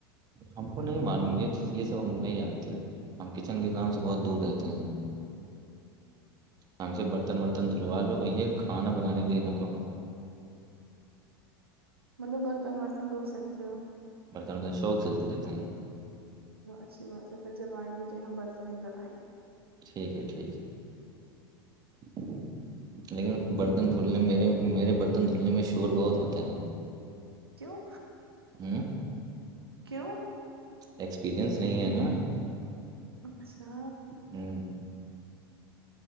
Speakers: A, on the right; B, on the right.
A: ہم کو نہیں مانوں گ یہ یہ سب ہم نہیں جانتے ہم کچن کے کام سے بہت دور رہتے ہیں ہم سے برتن ورتن دھلوا لو بھیا کھانا بنانے بھی لینا کہ
B: مطلب برتن برتن ہو سکتے ہو
A: برتن برتن شوق سے دھل دیتے ہیں
B: اچھی بات ہے پھر جب آئیں گے تو یہ ہم بس میں جب آائیں گے
A: ٹھیک ہے ٹھیک ہے لیکن برتن دھلنے میرے میرے برتن دھلنے میں شور بہت ہوتا ہے
B: کیوں
A: ہوں
B: کیوں
A: ایکسپیرنس نہیں ہے نا
B: اچھا
A: ہوں